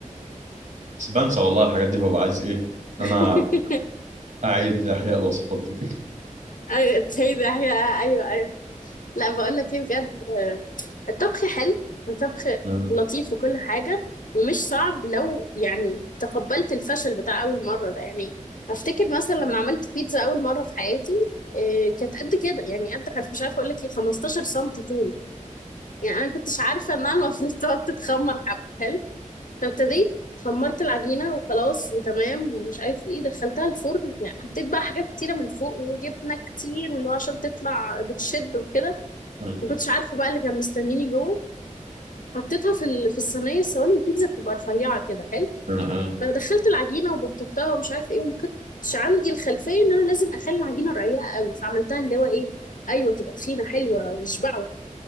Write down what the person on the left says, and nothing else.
<laughs>
ايوه هي ده هي ايوه ايوه لا بقول لك ايه بجد آه، الطبخ حلو الطبخ
لطيف وكل حاجه ومش صعب لو يعني تقبلت الفشل بتاع اول مره ده يعني افتكر مثلا لما عملت بيتزا اول مره في حياتي إيه كانت قد كده يعني قد حرف مش عارفه اقول لك ايه 15 سم طول يعني انا كنتش عارفه انها المفروض تقعد تتخمر حبه فابتديت خمرت العجينة وخلاص وتمام ومش عارف ايه دخلتها الفرن يعني حطيت بقى حاجات كتيرة من فوق وجبنة كتير واللي هو عشان تطلع بتشد وكده
ما كنتش عارفة بقى اللي كان مستنيني جوه حطيتها في ال- في الصينية الصواني البيتزا بتبقى رفيعة كده حلو
فدخلت العجينة وبططتها ومش عارف ايه وما كنتش عندي الخلفية ان انا لازم اخلي العجينة رقيقة قوي فعملتها اللي هو ايه ايوه تبقى تخينة حلوة يشبعوا